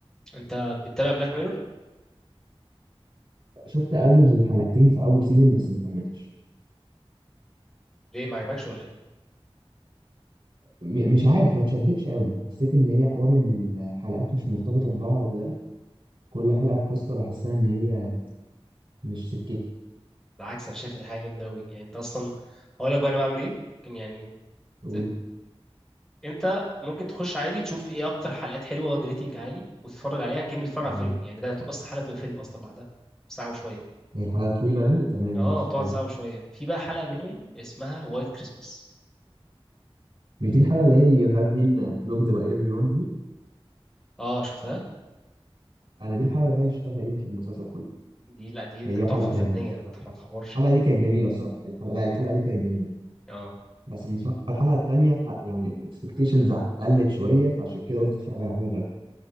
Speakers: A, in the centre; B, on the right (about 60°).
A: انت بتتابع بلاك ميرور
B: شفت أول حلقتين في أول سيزون بس ما كملتش
A: ليه ما عجبكش ولا ايه
B: م- مش عارف ما اتشدتش قوي حسيت إن هي حوار إن الحلقات مش مرتبطة ببعض ده كل حلقة بقصة بحسها إن هي مش سكتي
A: بالعكس انا شايف ان دي حاجه جامده قوي يعني انت اصلا هقول لك بقى انا بعمل ايه ممكن يعني
B: أقول
A: ت- انت ممكن تخش عادي تشوف ايه اكتر حلقات حلوه واخد ريتنج عالي وتتفرج عليها كأنك بتتفرج على
B: تمام
A: فيلم يعني ده يعتبر اصلا حلقه تبقى فيلم اصلا لوحدها ساعه وشويه
B: هي الحلقة طويلة يعني تمام
A: اه
B: ماشي
A: بتقعد
B: حلو
A: ساعة وشوية في بقى حلقة منهم اسمها وايت كريسماس
B: مش دي الحلقة اللي هي you have been blocked by everyone دي
A: اه شفتها
B: أنا دي الحلقة الوحيدة اللي شفتها تقريبا في المسلسل كله
A: دي لا دي
B: هي
A: كانت
B: وحلقة
A: تحفة
B: تانية
A: فنية
B: بس
A: ما تح- ما تحورش
B: الحلقه
A: يعني
B: دي كانت جميله الصراحه الحلقه لا الحلقه دي كانت جميله
A: اه
B: بس لما اتفرجت على الحلقه التانيه ح- يعني الاكسبكتيشنز قلت شويه فعشان كده قلت اتفرج على حاجه غيرها